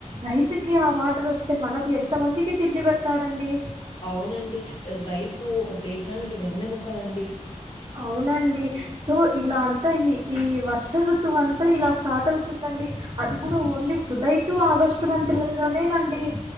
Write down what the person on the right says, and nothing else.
రైతుకి ఆ వాటర్ వస్తే మనకు ఎంత మందికి తిండి పెడతాడండి
అవునండి సో ఇలా అంతా ఈ ఈ వర్ష ఋతువు అంతా ఇలా స్టార్ట్ అవుతుందండి అది కూడా only July to August month లోనేనండి